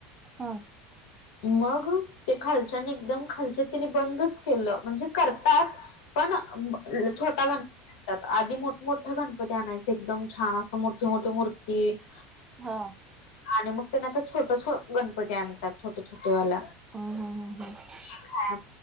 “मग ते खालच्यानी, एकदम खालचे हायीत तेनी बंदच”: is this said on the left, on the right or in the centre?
Left